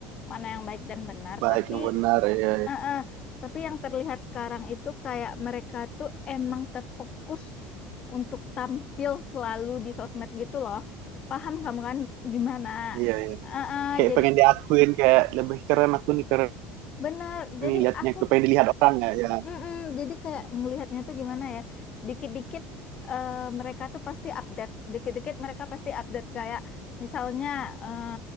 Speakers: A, on the left; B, on the right.
A: mana yang baik dan benar.
B: baik
A: Tapi
B: yang benar? Iya,
A: eh, eh, tapi yang terlihat sekarang itu kayak mereka tuh emang terfokus untuk tampil selalu di sosmed gitu loh. Paham kamu kan gimana?
B: iya, iya. iya.
A: Eh, eh,
B: Kayak
A: jadi
B: pengen diakuin kayak lebih keren aku nih keren
A: Benar, jadi
B: nih liatnya
A: aku
B: aku pengen dilihat orang ya. ya.
A: Mm-mm, jadi kayak ngelihatnya tuh gimana ya? Dikit-dikit eh, mereka tuh pasti update, dikit-dikit mereka pasti update kayak misalnya eh,